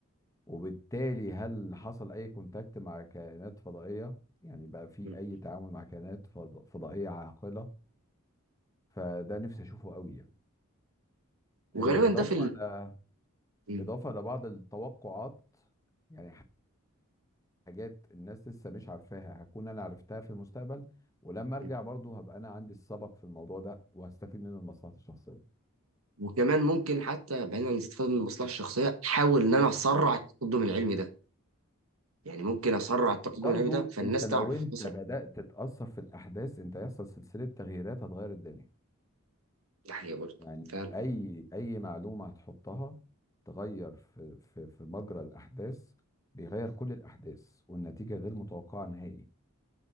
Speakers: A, on the left; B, on the right.
A: وبالتالي هل حصل أي كونتاكت مع كائنات فضائية يعني بقى في
B: مم.
A: أي تعامل مع كائنات فض- فضائية عاقلة فده نفسي أشوفه قوي يعني
B: وغالبا
A: آه، إضافة
B: ده في ال...
A: ل...
B: مم.
A: إضافة لبعض التوقعات يعني حاجات الناس لسه مش عارفاها هكون أنا عرفتها في المستقبل ولما أرجع
B: مم.
A: برضه هبقى أنا عندي السبق في الموضوع ده وهستفيد منه لمصلحتي الشخصية
B: وكمان ممكن حتى بعيدا عن الاستفاده من المصلحه الشخصيه احاول ان انا اسرع التقدم العلمي ده يعني ممكن اسرع التقدم
A: برضه
B: العلمي ده فالناس
A: أنت لو
B: تعرف
A: أنت
B: اسرع
A: بدأت تتأثر في الأحداث أنت هيحصل سلسلة تغييرات هتغير الدنيا
B: ده حقيقه برضه
A: يعني
B: فعلا
A: اي اي معلومه هتحطها تغير في في في مجرى الاحداث بيغير كل الاحداث والنتيجه غير متوقعه نهائي